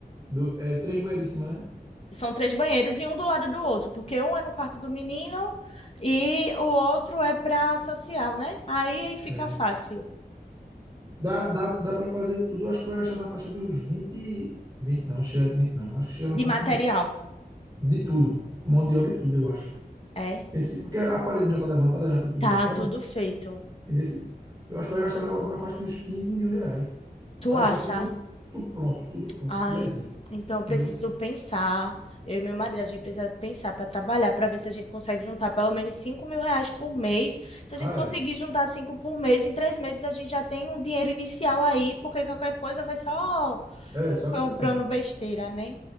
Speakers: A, on the right (about 20°); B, on the left (about 40°).
A: do, é, três banheiras em cima, né?
B: São três banheiros e um do lado do outro, porque um é no quarto do menino e o outro é para social, né? Aí fica
A: É.
B: fácil.
A: Dá, dá, dá para fazer tudo, eu acho que vai gastar na faixa de uns 20 20 não, chega de 20 não, acho que chega na
B: De
A: faixa
B: material.
A: de uns, de tudo, com mão de obra e tudo, eu acho.
B: É,
A: Esse, porque a parede já está levantada, já está tudo
B: tá
A: levantada,
B: tudo feito.
A: entendeu? Eu acho que vai gastar agora na faixa de uns 15 mil reais,
B: Tu
A: para deixar
B: acha?
A: tudo, tudo pronto, tudo pronto,
B: Ai,
A: filezinho,
B: então
A: entendeu?
B: preciso pensar. Eu e meu marido, a gente precisa pensar para trabalhar, para ver se a gente consegue juntar pelo menos cinco mil reais por mês. Se
A: Ah,
B: a gente conseguir
A: é,
B: juntar 5 por mês, em três meses a gente já tem um dinheiro inicial aí, porque qualquer coisa vai só
A: é, só acrescentando.
B: comprando besteira, né?